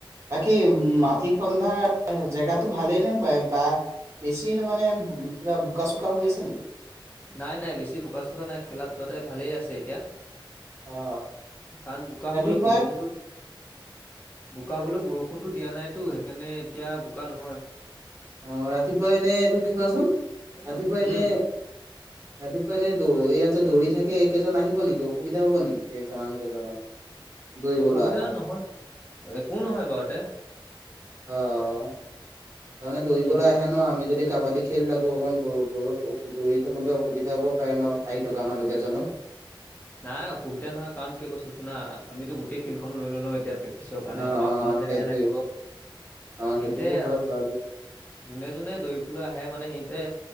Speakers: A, on the right (about 35°); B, on the left (about 20°).
A: বাকী উ
B: উম,
A: মাটি সন্ধা জেগাটো ভালে নে ম বা বেছি তাৰ মানে কিবা বোকা চোকা হৈ আছে নেকি।
B: নাই নাই বেছি বোকা চোকা নাই খেলা ধূলা ঠাই ভালেই আছে এতিয়া।
A: অ অ
B: কাৰণ বোকা
A: ৰাতিপুৱা
B: হবলৈ বৰষুণটো? বোকা হবলৈ বৰষুণটো দিয়া নাইতো সেইকাৰণে এতিয়া বোকা নহয়।
A: অ ৰাতিপুৱা এনে ত খেলাচোন।
B: মোৰ
A: ৰাতিপুৱা
B: নে?
A: এনে
B: উম,
A: ৰাতিপুৱা দ হেৰিয়ত যে দৌৰি থাকে এইকেইজন আহিব নেকি অসুবিধা হব নেকি মানুহ কেইজনৰ। দৌৰিবলৈ
B: অসুবিধা
A: আহা
B: নহয় একো নহয় বাৰুতে।
A: অ তাৰমানে দৌৰিবলৈ
B: উম,
A: আহে ন আমি যদি কাবাডী খেল লাগো অকণ দৌ দৌৰত দৌৰি থাকোতে অসুবিধা হ'ব পাৰে ন। আহি থকা মানুহ কেইজনৰ।
B: নাই অসুবিধা নহয় কাৰণ কিয় কৈছো শুনা আমিতো গোটেই ফিল্ডখন লৈ লওঁ এতিয়া প্ৰে তিছৰ কাৰণে
A: অ অ
B: আমাৰ অকমান জেগাহে
A: সেইটোৱে
B: লাগিব।
A: অ সেইটোতো
B: ইনতে
A: হয় বাৰু
B: যোনে যোনে দৌৰিবলৈ আহে মানে সি তা